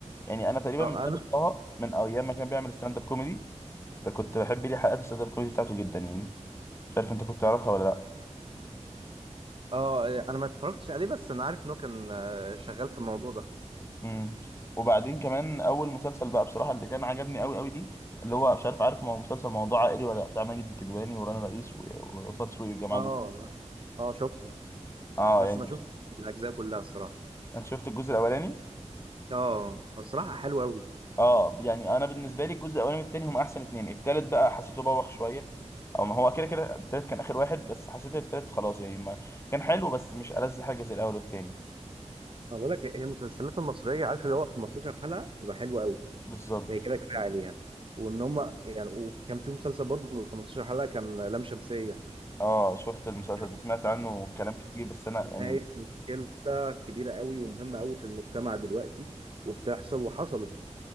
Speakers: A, on the left; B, on the right.
A: يعني انا تقريبا
B: اه
A: متابع
B: انا
A: طه من ايام ما كان بيعمل ستاند اب كوميدي ده كنت بحب ليه حلقات الستاند اب كوميدي بتاعته جدا يعني مش عارف انت كنت تعرفها ولا لا
B: اه إيه، انا ما اتفرجتش عليه بس انا عارف انه كان آه، شغال في الموضوع ده
A: امم وبعدين كمان اول مسلسل بقى بصراحه اللي كان عجبني قوي قوي ليه اللي هو مش عارف عارف مو- مسلسل موضوع عائلي ولا لا بتاع ماجد الكدواني ورانا رئيس و- وقصاد سوقي والجماعه
B: اه
A: دول
B: لا. اه شفته
A: اه
B: بس
A: يعني
B: ما شفت الاجزاء كلها الصراحه
A: انت شفت الجزء الاولاني
B: اه الصراحه حلوه قوي
A: اه يعني انا بالنسبه لي الجزء الاولاني والتاني هم احسن اتنين التالت بقى حسيته بوخ شويه او ما هو كده كده التالت كان اخر واحد بس حسيت التالت خلاص يعني ما كان حلو بس مش ألذ حاجه زي الاول والتاني
B: انا بقول لك هي المسلسلات المصريه عارف اللي هو 15 حلقه بتبقى حلوه قوي
A: بالظبط
B: هي كده كفايه عليها وان هم يعني وكان في مسلسل برضه من 15 حلقه كان لام شمسيه
A: اه شفت المسلسل
B: يعني
A: ده سمعت عنه كلام كتير بس انا يعني
B: ناقش <laughs> مشكله كبيره قوي ومهمه قوي في المجتمع دلوقتي وبتحصل وحصلت